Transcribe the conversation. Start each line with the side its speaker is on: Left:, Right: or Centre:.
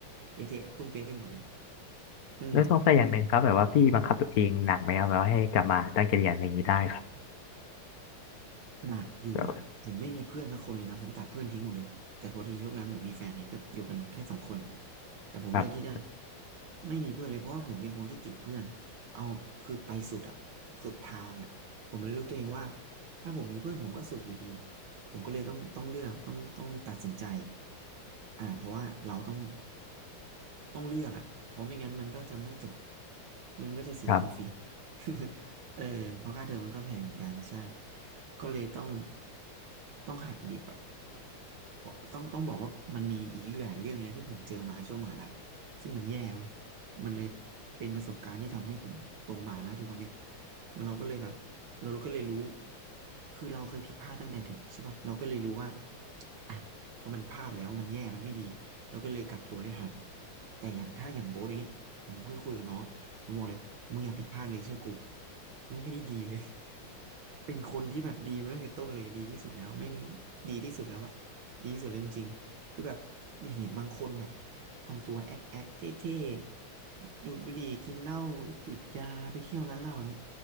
Right: เละเทะตุ้มเป๊ะไปหมดเลยอืม
Left: แล้วสงสัยอย่างหนึ่งครับแบบว่าพี่บังคับตัวเองหนักไหมครับแบบว่าให้กลับมาตั้งใจเรียนอะไรอย่างนี้ได้ครับ
Right: หนักอยู่อ่ะผมไม่มีเพื่อนสักคนเลยนะผมตัดเพื่อนทิ้งหมดเลยแต่พอดีช่วงนั้นผมมีแฟนไงก็อยู่กันแค่สองคน
Left: แบบ
Right: แต่ผมเลือกที่จะ
Left: ครับ
Right: ไม่มีเพื่อนเลยเพราะว่าผมเป็นคนที่ติดเพื่อนเอาคือไปสุดอ่ะสุดทางอ่ะผมเลยรู้ตัวเองว่าถ้าผมมีเพื่อนผมก็สุดอยู่ดีผมก็เลยต้องต้องเลือกต้องต้องตัดสินใจอ่าเพราะว่าเราต้อง ต้องเลือกอ่ะเพราะไม่งั้นมันก็จะไม่จบ มันก็จะเสียเงินฟรี
Left: ครับ
Right: <laughs> เออ เพราะค่าเทอมมันก็แพงเหมือนกันใช่ ก็เลยต้องต้องหักดิบอ่ะ เพราะต้องต้องบอกว่ามันมีอีกหลายเรื่องเลยที่ผมเจอมาช่วงมหาลัยซึ่งมันแย่เว้ยมันเลยเป็นประสบการณ์ที่ทำให้ผมโตมานะทุกวันเนี้ยมันเราก็เลยแบบเราเราก็เลยรู้คือเราเคยผิดพลาดตั้งแต่เด็กใช่ป่ะเราก็เลยรู้ว่าอ่ะพอมันพลาดแล้วมันแย่มันไม่ดีเราก็เลยกลับตัวได้ทันแต่อย่างถ้าอย่างโบ๊ทอย่างเงี้ยผมเพิ่งคุยกับน้องผมบอกเลยมึงอย่าผิดพลาดเลยเชื่อกูแม่งไม่ได้ดีเลย <laughs> เป็นคนที่แบบดีมาตั้งแต่ต้นเลยดีที่สุดแล้วแม่งดีที่สุดแล้วอะ ดีที่สุดเลยจริงๆคือแบบมีเห็นบางคนแบบทำตัวแอ๊กแอ๊กเท่ๆดูดบุหรี่กินเหล้าติดยาไปเที่ยวร้านเหล้าเนี่ย